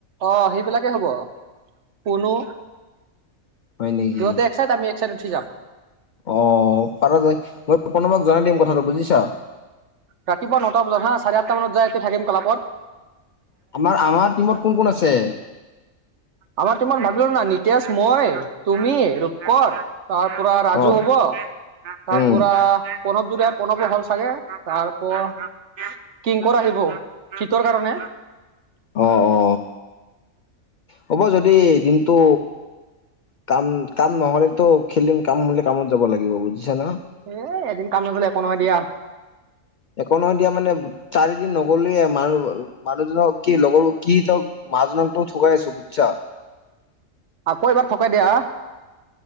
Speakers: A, on the right; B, on the left.
A: অ' সেইবিলাকে হ'ব পুনু।
B: হয় নেকি
A: সিহঁতে এক চাইড আমি এক চাইড উঠি যাম।
B: অ', পাৰা যায়, মই প্ৰণৱক জনাই দিম কথাটো বুজিছা।
A: ৰাতিপুৱা নটা বজাত হা চাৰে আঠটা মানত যায় এতিয়া থাকিম ক্লাবত।
B: আমাৰ আমাৰ টিমত কোন কোন আছে?
A: আমাৰ টিমত <unintelligible> না নিতেশ, মই, তুমি, ৰূপকোৱৰ তাৰ পৰা ৰাজু
B: অ
A: হ'ব তাৰ
B: উম
A: পৰা প্ৰণৱ <unintelligible> প্ৰণৱো হ'ল চাগে। তাৰ অ', কিংকৰ আহিব শীতৰ কাৰণে
B: অ' অ'! হ'ব যদি, দিনটো কাম-কাম নহ'লেতো, খেলিম। কাম হ'লে, কামত যাব লাগিব বুজিছা ন'।
A: এ, এদিন কাম নগ'লে, একো নহয়, দিয়া!
B: একো নহয়, দিয়া মানে, চাৰিদিন নগ'লোৱে। <unintelligible> মানুহজনক কি, লগৰ কি, তোক মানুহজনকটো ঠগাই আছোঁ, বুজিছা!
A: আকৌ, এবাৰ ঠগাই দিয়া।